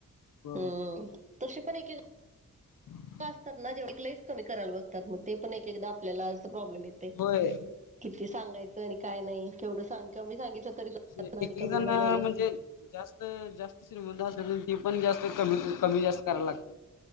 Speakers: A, on the left; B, on the right.
A: हो
B: हम् तशी पण एक
A: <inaudible>
B: असतात ना जेव कमी करायला बघतात मग ते पण एक एकदा आपल्याला अस प्रॉब्लेम येतय.
A: होय
B: किती सांगायचं आणि काय नाही केवढं सांग कमी सांगितच तरी
A: एक
B: आणि
A: एक
B: कमी
A: जण
B: बघायला
A: म्हणजे जास्त जास्त श्रीमंत असल ती पण जास् ते कमी कमी जास्त करायला लागत